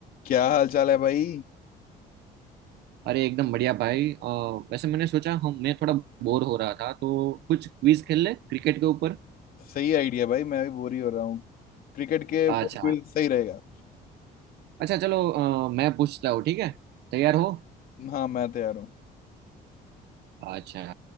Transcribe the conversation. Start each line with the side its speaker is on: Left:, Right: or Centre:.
Left: क्या हाल चाल है भाई
Right: अरे एकदम बढ़िया भाई अ, वैसे मैंने सोचा हम मैं थोड़ा बोर हो रहा था तो कुछ क्विज खेल ले क्रिकेट के ऊपर
Left: सही आइडिया भाई मैं भी बोर ही हो रहा हूँ क्रिकेट के ऊपर
Right: अच्छा
Left: क्विज सही रहेगा
Right: अच्छा चलो अ, मैं पूछता हूँ ठीक है तैयार हो
Left: हाँ मैं तैयार हूँ
Right: अच्छा